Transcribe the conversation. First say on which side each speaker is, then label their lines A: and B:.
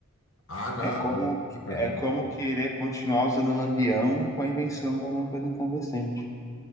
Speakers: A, on the left; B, on the left.
A: ah, não.
B: É como, que-
A: <laughs>
B: é como querer continuar usando lampião com a invenção da lâmpada incandescente.